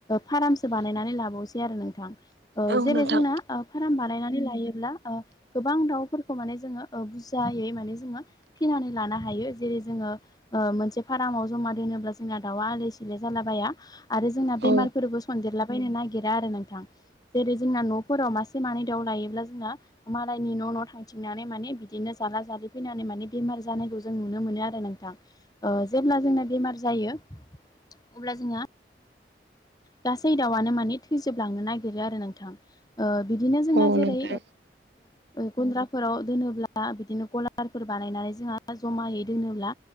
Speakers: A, on the left; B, on the right.
A: फारामसो बानायनानै लाबावसै आरो नोंथां ओ
B: औ नोंथां औ
A: जेरै
B: नोंथां
A: जोंना फार्म बानायनानै लायोब्ला गोबां दाउफोरखौ माने जोङो बुरजायै माने जोङो फिनानै लानो हायो जेरै जोङो मोनसे फारामाव जमा दोनोब्ला जोंना दाउआ आलै सिलाय जालाबाया आरो जोंना
B: औ
A: बेमारफोरबो सनदेरलाबायनो नागिरा आरो नोंथां जेरै जोंना न'फोराव मासे मानै दाउ लायोब्ला जोंना मालायनि न' न' थांथिंनानै माने बिदिनो जाला जालि फैनानै माने बेमार जानायखौ जों नुनो मोनो आरो नोंथां। जेब्ला जोंना बेमार जायो अब्ला जोंहा गासै दाउआनो माने थैजोबलांनो नागिरो आरो नोंथां। बिदिनो जोंना
B: औ
A: जेरै
B: नोंथां
A: गुन्द्राफोराव दोनोब्ला बिदिनो गलारफोर बानायनानै जोंहा जमायै दोनोब्ला